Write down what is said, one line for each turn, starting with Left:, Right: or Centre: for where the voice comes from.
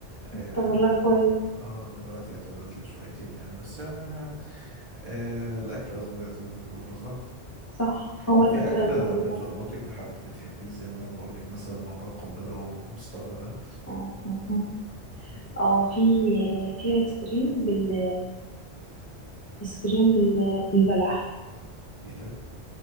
Right: اه
Left: طب والله كويس
Right: آه، دلوقتي اعتدلت شويتين يعني بس آه آه الاكل اذواق زي ما بيقولوا صح
Left: صح هو
Right: طب
Left: الأكل
Right: في اكله
Left: أزرق جدا
Right: بتربطك بحد بتحبيه زي ما انا بقول لك مثلا موضوع القنبله ومصطفى ده
Left: م- م- م.
Right: مم.
Left: اه في في ايس كريم بالايس كريم بال... بالبلح
Right: ايه ده؟